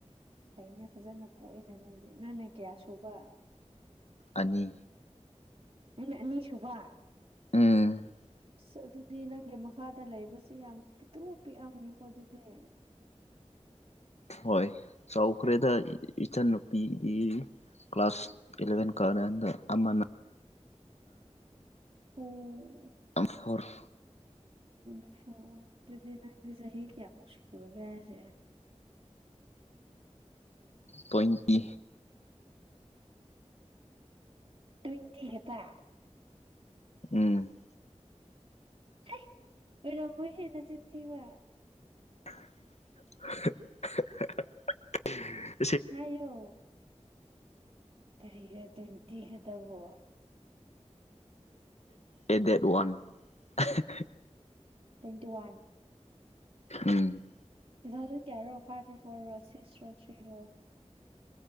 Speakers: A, on the right; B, on the left.
A: ꯑꯩꯅ ꯐꯖꯅ ꯄꯣꯛꯏꯅ ꯂꯣꯏ ꯅꯪꯅ ꯀꯌꯥ ꯁꯨꯕ
B: ꯑꯅꯤ
A: ꯑꯩꯅ ꯑꯅꯤꯁꯨꯕ
B: ꯎꯝ
A: ꯑꯁ ꯑꯗꯨꯗꯤ ꯅꯪꯒꯤ ꯃꯈꯥꯗ ꯂꯩꯕꯁꯦ ꯌꯥꯝ ꯄꯤꯛꯇꯨ ꯄꯤꯛꯑꯝꯅꯤꯀꯣ ꯑꯗꯨꯗꯤ <inaudible>
B: ꯍꯣꯏ ꯆꯥꯎꯈ꯭ꯔꯦꯗ ꯏꯆꯟꯟꯅꯨꯄꯤꯗꯤ ꯀ꯭ꯂꯥꯁꯥꯁ ꯑꯦꯂꯕꯦꯟ ꯀꯔꯗ ꯑꯃꯅ
A: ꯎꯝ
B: ꯅꯝ ꯐꯣꯔ
A: ꯃꯅꯐ ꯑꯗꯨꯗꯤ ꯅꯪꯗꯤ ꯆꯍꯤ ꯀꯌꯥꯃꯨꯛ ꯁꯨꯔꯒꯦ ꯍꯥꯏꯁꯦ
B: ꯇꯨꯋꯦꯟꯇꯤ
A: ꯇꯨꯋꯦꯟꯇꯤ ꯈꯛꯇꯥ
B: ꯎꯝ
A: ꯍꯦꯢ ꯑꯣꯏꯔꯝꯃꯣꯏ ꯍꯦ ꯅꯆꯤꯟꯊꯤꯕ
B: <inaudible> <inaudible>
A: ꯍꯥꯏꯌꯣ ꯀꯔꯤꯔ ꯇ꯭ꯋꯦꯟꯇꯤꯒꯗꯕꯣ
B: ꯑꯦꯗꯠ one <unintelligible>
A: twenty one
B: um
A: two thousand ꯀꯌꯥꯔꯣ ꯐꯥꯏꯚ ꯔꯣ ꯐꯣꯔꯣ ꯁꯤꯛꯁ ꯔꯣ ꯊ꯭ꯔꯤ ꯔꯣ